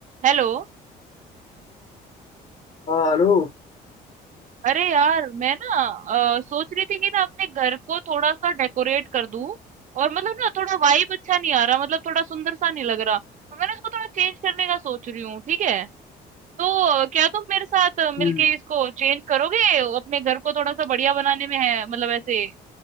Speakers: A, on the right; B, on the left.
A: हेलो
B: हाँ, हेलो
A: अरे यार मैं ना अ, सोच रही थी कि ना अपने घर को थोड़ा सा डेकोरेट कर दूं और मतलब ना थोड़ा वाइब अच्छा नहीं आ रहा मतलब थोड़ा सुंदर सा नहीं लग रहा तो मैंने इसको थोड़ा चेंज करने का सोच रही हूँ ठीक है तो अ, क्या तुम मेरे साथ अ,
B: हम्म,
A: मिलके इसको चेंज करोगे अपने घर को थोड़ा सा बढ़िया बनाने में है मतलब ऐसे